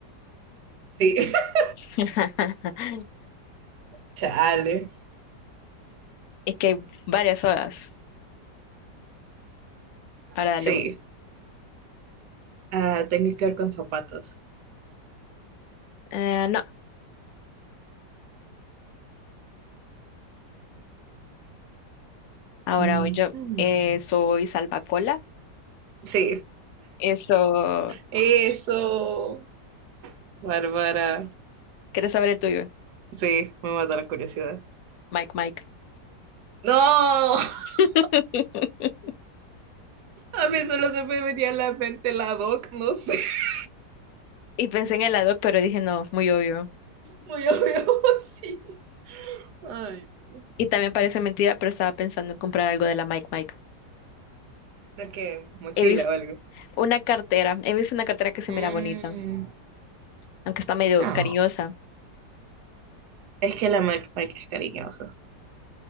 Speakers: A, on the right; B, on the left.
A: sí. <laughs>
B: <laughs>
A: Chale.
B: Es que hay varias sodas. Ahora
A: Sí,
B: dale vos.
A: Ah, tengo que ver con zapatos.
B: Eh, no, ahora
A: Ujú.
B: voy yo. Eh, ¿soy salvacola?
A: Sí,
B: Eso.
A: eso, Bárbara.
B: ¿Quieres saber el tuyo?
A: Sí, me mata la curiosidad.
B: Mike, Mike.
A: No, <laughs>
B: <laughs>
A: a mí solo se me venía a la mente la doc, no sé. <laughs>
B: Y pensé en helado, pero dije, no, muy obvio.
A: Muy obvio, sí. Ay, no.
B: Y también parece mentira, pero estaba pensando en comprar algo de la Mike Mike.
A: ¿De qué? Mochila
B: He visto
A: o algo.
B: una cartera, he visto una cartera que se
A: Mm,
B: mira bonita, aunque está medio
A: no,
B: cariñosa.
A: es que la Mac es cariñosa.